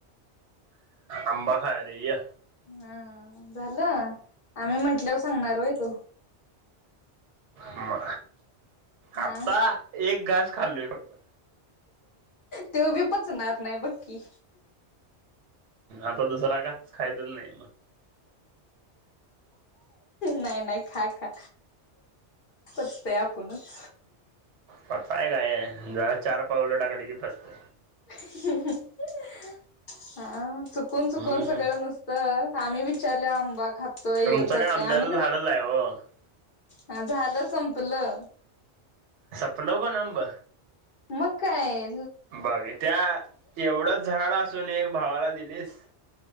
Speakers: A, on the right (about 80°); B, on the left (about 50°).
A: आंबा खायालोय ये.
B: हा झालं. आम्ही म्हंटल्यावर सांगणार होय तु.
A: म.
B: हा
A: आता एक घास खाल्लोय फक्त.
B: त्यो भी पचणार नाही बक की.
A: आता दुसरा घास खाहाईतच नाही.
B: नाही-नाही खा-खा पावतोय आपणच.
A: पताय काय जरा चार पावलं टाकली की पस्त,
B: <unintelligible> हा चुकून चुकून
A: हम्म
B: सगळं नुसतं आम्ही विचार, आंबा खातोय
A: तुमचं
B: हे करतय
A: काय आंब्याचं
B: आम्ही
A: झाडच
B: कस,
A: आहे हो
B: हा झालं संपलं.
A: संपलं पण आंब?
B: मकाय,
A: बघ त्या एवढंच झाड असून, एक भावाला दिलीस!